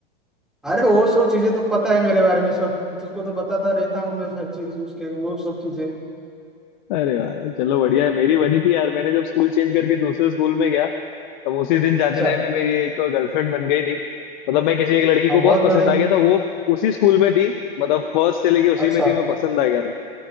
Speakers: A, in the centre; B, on the left (about 50°).
A: अरे वो सब चीजें तो पता है मेरे बारे में सब तुझको तो बताता रहता हूँ मैं हर चीज उसके वो सब चीजें
B: अरे यार चलो बढ़िया है मेरी बनी थी यार मैंने जब स्कूल चेंज करके दूसरे स्कूल में गया तब उसी दिन जाते
A: अच्छा
B: टाइम में मेरी एक गर्लफ्रेंड बन गई थी मतलब मैं किसी एक लड़की
A: हाँ
B: को
A: बहुत
B: बहुत पसंद
A: बढ़िया
B: आ गया था वो उसी स्कूल में थी मतलब फर्स्ट से लेके उसी
A: अच्छा
B: में थी मैं पसंद आ गया था